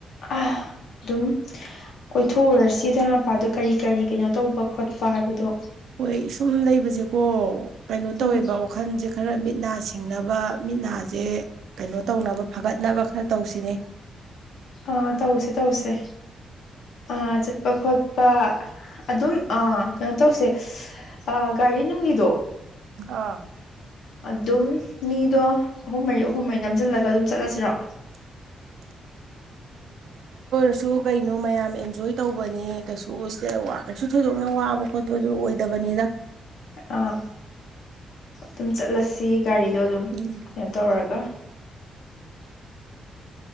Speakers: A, on the left; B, on the right.
A: ꯑꯗꯨꯝ ꯀꯣꯏꯊꯣꯛꯎꯔꯁꯤ ꯏꯥꯏ ꯃꯄꯥꯗꯣ ꯀꯔꯤ ꯀꯔꯤ ꯀꯩꯅꯣ ꯇꯧꯕ ꯈꯣꯠꯄ ꯍꯥꯏꯕꯗꯣ
B: ꯍꯣꯏ ꯁꯨꯝ ꯂꯩꯕꯁꯦꯀꯣ ꯀꯩꯅꯣ ꯇꯧꯋꯦꯕ
A: ꯎꯝ
B: ꯋꯥꯈꯜꯁꯦ ꯈꯔ ꯃꯤꯠ ꯅꯥꯁꯤ ꯊꯤꯡꯅꯕ ꯃꯤꯠ ꯅꯥꯁꯦ ꯀꯩꯅꯣ ꯇꯧꯅꯕ ꯐꯒꯠꯅꯕ ꯈꯔ ꯇꯧꯁꯤꯅꯦ
A: ꯑꯥ ꯇꯧꯁꯦ ꯇꯧꯁꯦ ꯑ ꯆꯠꯄ ꯈꯣꯠꯄ ꯑꯗꯨꯝ ꯑꯥ ꯀꯩꯅꯣ ꯇꯧꯁꯦ ꯑ ꯀꯩꯅꯣꯉꯤꯗꯣ
B: ꯑꯥ
A: ꯑꯗꯨꯝ ꯃꯤꯗꯣ ꯑꯍꯨꯝ ꯃꯔꯤ ꯑꯍꯨꯝ ꯃꯩ ꯅꯝꯁꯤꯜꯂꯒ ꯑꯗꯨꯝ ꯆꯠꯂꯁꯤꯔꯣ
B: <unintelligible> ꯀꯩꯁꯨ ꯀꯩꯅꯣ ꯃꯌꯥꯝ ꯑꯦꯟꯖꯣꯏ ꯇꯧꯕꯅꯤ ꯀꯩꯁꯨ ꯀꯩꯁꯨ ꯊꯣꯏꯗꯣꯛꯅ ꯋꯥꯕ ꯈꯣꯠꯄꯗꯨ ꯑꯣꯏꯗꯕ ꯅꯤꯗ
A: ꯑꯥ ꯑꯗꯨꯝ ꯆꯠꯂꯁꯤ ꯒꯥꯔꯤꯗꯣ ꯑꯗꯨꯝ
B: ꯎꯝ
A: ꯀꯩꯅꯣ ꯇꯧꯔꯒ